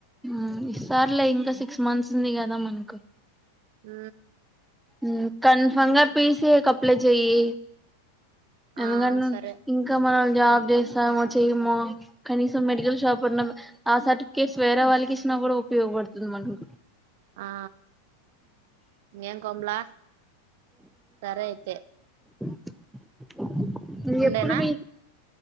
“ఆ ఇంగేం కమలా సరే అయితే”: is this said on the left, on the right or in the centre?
Right